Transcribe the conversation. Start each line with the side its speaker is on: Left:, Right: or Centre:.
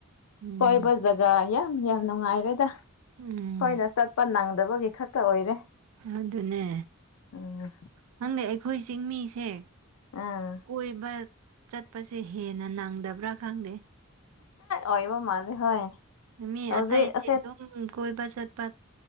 Right: ꯎꯝ
Left: ꯀꯣꯏꯕ ꯖꯒ ꯒ ꯌꯥꯝ ꯌꯥꯝ ꯅꯨꯡꯉꯥꯏꯔꯦꯗ ꯑꯩꯈꯣꯏꯅ
Right: ꯎꯝ
Left: ꯆꯠꯄ ꯅꯪꯗꯕꯒꯤ ꯈꯛꯇ ꯑꯣꯏꯔꯦ
Right: ꯑꯗꯨꯅꯦ
Left: ꯎꯝ
Right: ꯈꯪꯗꯦ ꯑꯩꯈꯣꯏ ꯆꯤꯡꯃꯤꯁꯦ
Left: ꯎꯝ
Right: ꯀꯣꯏꯕ ꯆꯠꯄꯁꯦ ꯍꯦꯟꯅ ꯅꯪꯗꯕ꯭ꯔꯥ ꯈꯪꯗꯦ
Left: ꯑꯣꯏꯕ ꯃꯥꯜꯂꯦ ꯍꯣꯏ
Right: ꯃꯤ
Left: ꯍꯧꯖꯤꯛ
Right: ꯑꯇꯩꯗꯤ
Left: ꯑꯁꯦ
Right: ꯑꯗꯨꯝ ꯀꯣꯏꯕ ꯆꯠꯄ